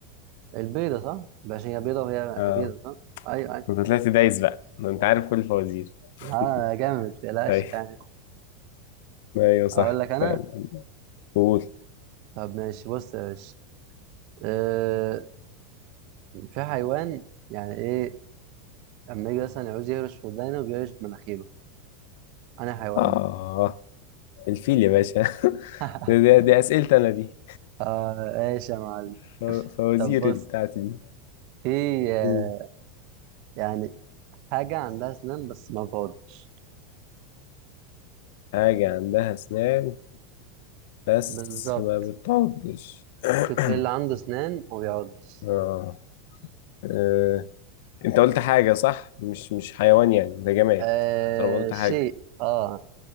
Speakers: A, on the right; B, on the left.
A: البيضة صح؟ باش هي بيضة وهي
B: آه.
A: بيضة صح؟ أيوه أيوه
B: انت طلعت دايس بقى ما انت عارف كل الفوازير
A: آه
B: <laughs>
A: جامد متقلقش
B: ايوه
A: يعني
B: ايوه صح
A: أقول لك أنا
B: فعلا قول
A: طب ماشي بص يا باشا آه في حيوان يعني إيه لما يجي مثلا يعوز يهرش في ودانه بيهرش بمناخيره أنا حيوان
B: اه
A: ده.
B: الفيل يا باشا <laughs>
A: <laughs>
B: دي, دي, دي اسئلتي انا دي
A: آه إيش يا معلم
B: <laughs> ف- فوازير
A: طب بص
B: بتاعتي دي
A: في آه
B: مم.
A: يعني حاجة عندها أسنان بس ما بتعضش
B: حاجة عندها اسنان بس
A: بالظبط
B: ما بتعضش <clears throat>
A: شوف إيه اللي عنده أسنان وما بيعضش
B: آه. آه. انت قلت حاجة صح مش مش حيوان يعني ده جماد
A: آه
B: طالما قلت
A: شيء
B: حاجة
A: اه